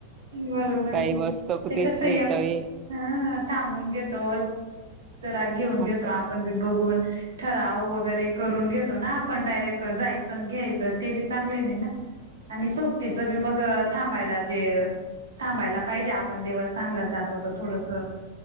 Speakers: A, on the right; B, on the right.
A: बरोबर
B: काही
A: आहे
B: वस्तू
A: ते
B: दिसली
A: कसं य
B: तर हे.
A: हा थांबून घेतो जरा घेऊन घेतो
B: असं
A: आपण बी बघून. ठराव वगैरे करून घेतो ना आपण डायरेक्ट जायचं घ्यायचं ते बी चांगले नाही ना. आणि सोब तचं बी मग थांबायला जे. थांबायला पाहिजे आपण देवस्थानला जातोत थोडस.